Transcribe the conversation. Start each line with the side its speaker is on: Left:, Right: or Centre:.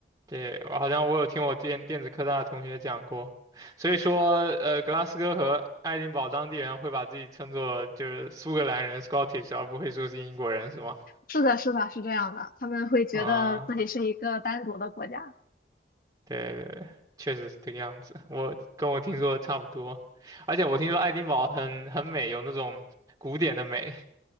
Right: 对，我好像我有听我电电子科大的同学讲过，所以说，呃，格拉斯哥和爱丁堡当地人会把自己称作就是苏格兰人 （Scottish），而不会说是英国人，是吗？
Left: 是的，是的，是这样的，他们会觉得自己是一个单独的国家。
Right: 啊，对对对，确实是这个样子，我跟我听说的差不多，而且我听说爱丁堡很很美，有那种古典的美，